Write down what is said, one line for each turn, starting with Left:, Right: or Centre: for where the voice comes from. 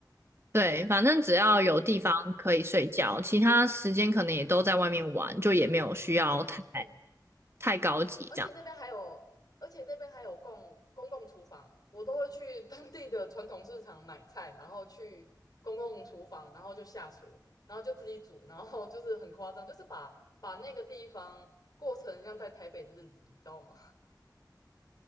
Right: 对，反正只要有地方可以睡觉，
Left: <laughs>
Right: 其他时间可能也都在外面玩，就也没有需要太
Left: 嗯，
Right: 高急这样。
Left: 而且那边还有，而且那边还有共公共厨房，我都会去 <laughs> 当地的传统市场买菜，然后去公共厨房，然后就下厨，然后就自己煮，然后就是很夸张，就是把把那个地方过成像在台北的日子，你知道吗？